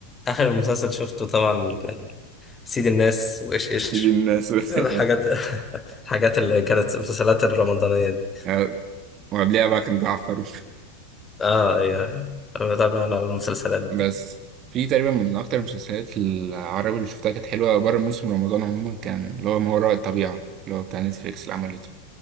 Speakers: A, on the left; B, on the right.
A: آخر مسلسل شفته طبعا كان سيد الناس وإيش إيش
B: دي الناس <laughs>
A: الحاجات <laughs> الحاجات اللي كانت المسلسلات الرمضانية دي
B: آه، وقبليها بقى كان جعفر
A: اه يعني بتابع أنا المسلسلات
B: <laughs> بس في تقريبا من اكتر المسلسلات العربي اللي شفتها كانت حلوه بره موسم رمضان عموما كان اللي هو ما وراء الطبيعه اللي هو بتاع نتفليكس اللي عملته